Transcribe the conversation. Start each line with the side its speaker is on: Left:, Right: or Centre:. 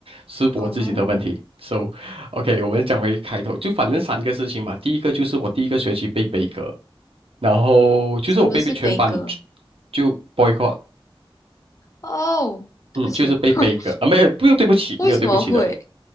Right: 是我自己的问题。
Left: 哦，
Right: So OK，我们讲回开头，就反正三个事情嘛。第一个就是我第一个学期被悲歌，然后就是我被被全班
Left: 什么是悲歌？
Right: 就 boycott，
Left: 哦，对不起哦，
Right: 嗯，就是被背一个啊，
Left: <laughs>
Right: 没有，不用对不起，
Left: 为什么会？
Right: 没有对不起的，